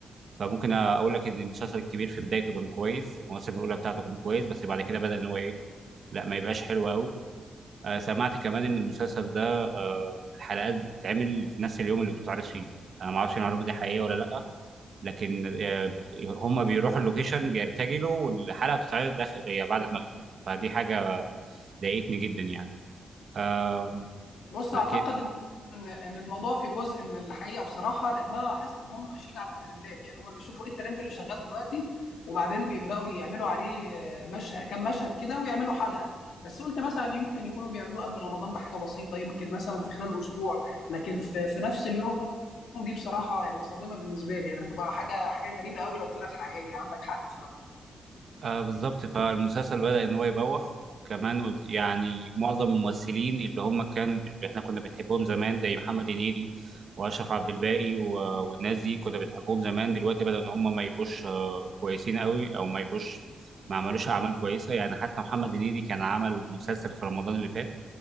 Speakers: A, on the right; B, on the left.
A: فممكن اقول لك ان المسلسل الكبير في بدايته كان كويس المواسم الاولى بتاعته كان كويس بس بعد كده بدا ان هو ايه لا ما يبقاش حلو قوي آه سمعت كمان ان المسلسل ده آه الحلقات بتتعمل في نفس اليوم اللي بتتعرض فيه انا ما اعرفش المعلومه دي حقيقيه ولا لا لكن آه، هم بيروحوا اللوكيشن بيرتجلوا والحلقه بتتعرض داخل يعني بعد المغرب فدي حاجه ضايقتني جدا يعني آه
B: بص
A: لكن
B: اعتقد ان ان الموضوع في جزء من الحقيقه بصراحه لان انا لاحظت ان هم ماشيين على الترندات يعني هم بيشوفوا ايه الترند اللي شغال دلوقتي وبعدين بيبداوا يعملوا عليه مشهد كام مشهد كده ويعملوا حلقه بس قلت مثلا يمكن يكونوا بيعملوه قبل رمضان بحاجه بسيطه يمكن مثلا في خلال اسبوع لكن في في نفس اليوم دي بصراحه يعني صادمه بالنسبه لي يعني هتبقى حاجه حاجه غريبه قوي لو طلعت حقيقيه عندك حق فعلا
A: آه بالظبط فالمسلسل بدأ ان هو يبوخ وكمان قلت يعني معظم الممثلين اللي هم كان اللي احنا كنا بنحبهم زمان زي محمد هنيدي واشرف عبد الباقي و- والناس دي كنا بنحبهم زمان دلوقتي بدأ ان هم ما يبقوش آه، كويسين قوي او ما يبقوش ما عملوش اعمال كويسه يعني حتى محمد هنيدي كان عمل مسلسل في رمضان اللي فات